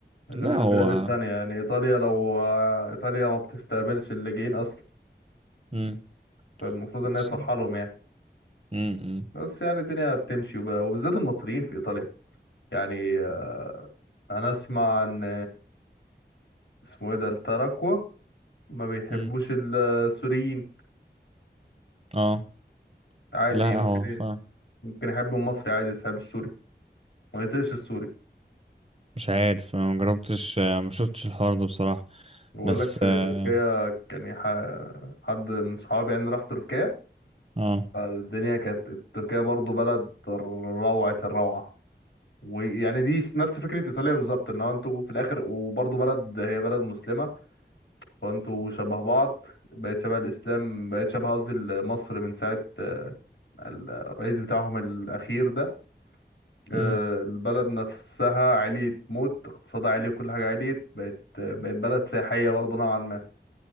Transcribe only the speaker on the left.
غير
البلاد
التانية يعني ايطاليا لو آه، ايطاليا ما بتستقبلش اللاجئين اصلا
فالمفروض ان
هي ترحلهم يعني
بس يعني الدنيا بتمشي وب... وبالذات المصريين في ايطاليا يعني آه، انا اسمع ان اسمه ايه ده التراكوة ما بيحبوش
السوريين
عادي
ممكن
ايه
ممكن يحب المصري عادي بس يحب السوري ما يطيقش السوري
بقول
لك في
تركيا كان يح... حد من صحابي يعني راح تركيا
فالدنيا كانت تركيا برضو بلد روعة الروعة ويعني دي نفس فكرة إيطاليا بالظبط إن هو أنتوا في الآخر وبرضو بلد هي بلد مسلمة فأنتوا شبه بعض بقت شبه الإسلام بقت شبه قصدي مصر من ساعة الرئيس بتاعهم الأخير ده آه،
البلد نفسها عليت موت اقتصادها عالي وكل حاجة عليت بقت بقت بلد سياحية برضو نوعا ما